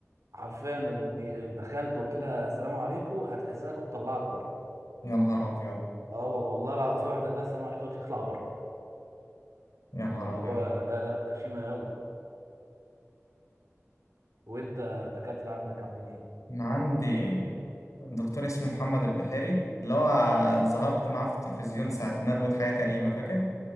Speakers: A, on the right; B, on the left.
A: حرفيا إيه، دخلت وقلت لها السلام عليكم هتهزقك وتطلعك بره
B: يا نهار أبيض
A: اه وال- والله العظيم في واحده قال لها السلام عليكم قالت لي اطلع بره
B: يا نهار
A: يعني اللي
B: أبيض
A: هو لا لا غشيمه قوي وانت الدكاتره عندك عاملين ايه
B: أنا عندي دكتور اسمه محمد البحيري اللي هو ظهرت معاه في التلفزيون ساعة ندوة حياة كريمة فاكر؟